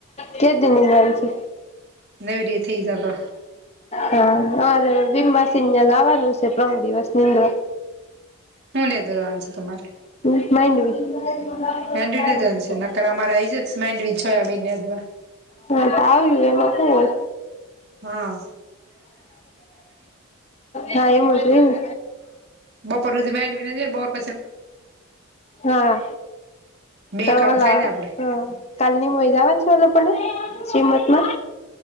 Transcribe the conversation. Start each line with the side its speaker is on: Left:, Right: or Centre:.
Left: કે દી ની આવી છે
Right: નવરી થઈ જાય તો
Left: હા અરે વિમ માસીને ત્યાં જવાનું છે પરમ દિવસે નિંદ્રા
Right: <unintelligible> છે તમારે
Left: <unintelligible>
Right: માંડવી <unintelligible>
Left: હા તો આવ્યું એમાં શું હોય
Right: <unintelligible> હા
Left: હા એમ જ હોય ને
Right: બપોર હુધી <unintelligible>
Left: હા
Right: બે
Left: <unintelligible>
Right: કામ થાય ને આપડે
Left: શ્રીમત માં